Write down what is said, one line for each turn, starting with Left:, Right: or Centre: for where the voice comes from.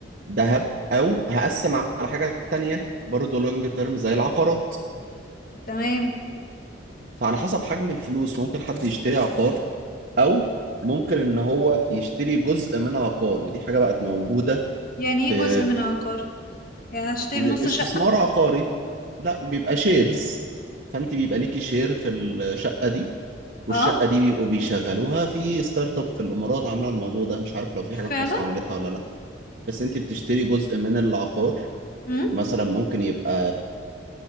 Right: ذهب او هقسم على حاجه تانية برضه لونج تيرم زي العقارات
Left: تمام
Right: فعلى حسب حجم الفلوس ممكن حد يشتري عقار او ممكن ان هو يشتري جزء من عقار ودي حاجه بقت موجوده
Left: يعني ايه
Right: في
Left: جزء من عقار يعني هشتري
Right: استثمار
Left: نص شقة
Right: عقاري لا بيبقى شيرز فانت بيبقى ليكي شير في الشقه دي والشقه
Left: اه
Right: دي بيبقوا بيشغلوها في ستارت اب في الامارات عامله الموضوع ده مش عارف لو في
Left: فعلا
Right: حاجه في مصر عملتها ولا لا بس انت بتشتري جزء من العقار
Left: مم،
Right: مثلا ممكن يبقى